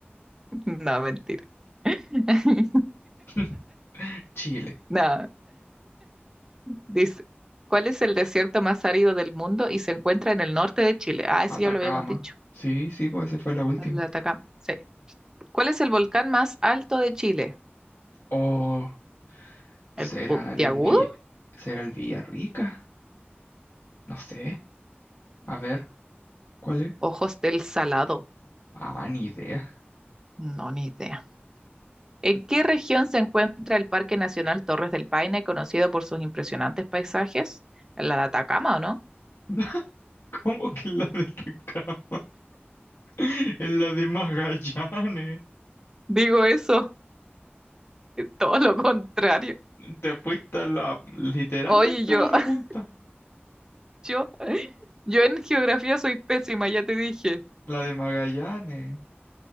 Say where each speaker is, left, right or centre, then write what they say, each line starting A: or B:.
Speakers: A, on the right (about 15°); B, on the left (about 80°).
A: <laughs> No, mentira. <laughs>
B: <laughs> Chile,
A: No. Dice, ¿cuál es el desierto más árido del mundo y se encuentra en el norte de Chile? Ah,
B: Atacama.
A: eso ya lo habíamos dicho.
B: Sí, sí, pues esa fue la última.
A: El de Atacama. Sí. ¿Cuál es el volcán más alto de Chile?
B: O será
A: ¿El Puntiagudo?
B: el Vi- será el Villarrica. No sé. A ver, ¿cuál es?
A: ¿Ojos del Salado?
B: Ah, ni idea.
A: No, ni idea. ¿En qué región se encuentra el Parque Nacional Torres del Paine, conocido por sus impresionantes paisajes? ¿La de Atacama o no?
B: <laughs> ¿Cómo que la de Atacama? <laughs> Es la de Magallanes.
A: Digo eso, es todo lo contrario.
B: Te fuiste a la, literalmente
A: Oye, yo,
B: a la otra
A: <laughs>
B: punta.
A: yo, yo en geografía soy pésima, ya te dije.
B: La de Magallanes